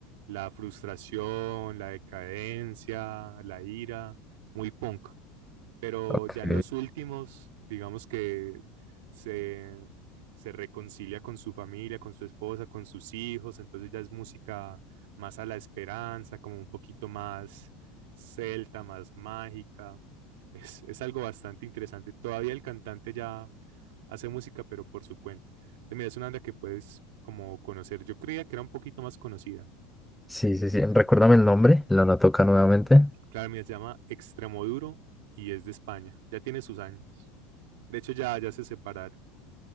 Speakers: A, on the right; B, in the centre.
A: La frustración, la decadencia, la ira, muy punk pero
B: Ok.
A: ya en los últimos, digamos que se, se reconcilia con su familia, con su esposa, con sus hijos, entonces ya es música más a la esperanza, como un poquito más celta, más mágica. Es, es algo bastante interesante. Todavía el cantante ya hace música, pero por su cuenta. Entonces, mira, es una banda que puedes como conocer. Yo creía que era un poquito más conocida.
B: Sí, sí, sí. Recuérdame el nombre. Lo anoto acá nuevamente.
A: Claro, mira, se llama Extremoduro y es de España. Ya tiene sus años. De hecho, ya, ya se separaron.